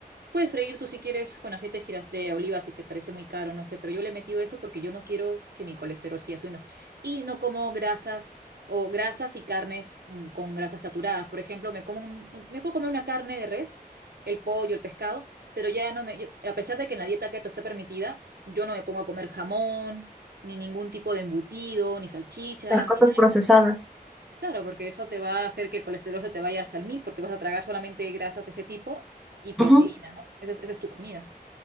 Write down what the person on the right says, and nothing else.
Puedes freír tú si quieres con aceite de giras de oliva si te parece muy caro, no sé, pero yo le he metido eso porque yo no quiero que mi colesterol siga subiendo. Y no como grasas o grasas y carnes mm, con grasas saturadas. Por ejemplo, me como un, me me puedo comer una carne de res, el pollo, el pescado, pero ya no me, yo- a pesar de que en la dieta keto está permitida, yo no me pongo a comer jamón, ni ningún tipo de embutido, ni salchichas,
ni nada
de eso. Claro, porque eso te va a hacer que el colesterol se te vaya hasta el mil, porque vas a tragar solamente grasas de ese tipo y proteína,
¿no? Esa es, esa es tu comida.